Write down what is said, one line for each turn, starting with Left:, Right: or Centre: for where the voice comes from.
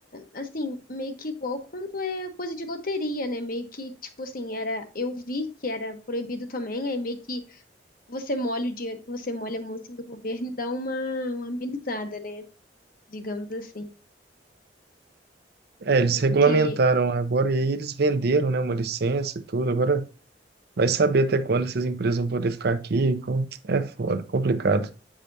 Left: assim, meio que igual quando é coisa de loteria, né? Meio que, tipo assim, era, eu vi que era proibido também, aí meio que você molha o dinheiro, você molha a mão assim do governo e dá uma, uma amenizada, né? Digamos assim.
Right: É, eles
Left: Porque,
Right: regulamentaram lá agora e aí eles venderam, né, uma licença e tudo. Agora vai saber até quando essas empresas vão poder ficar aqui. com- É foda, complicado.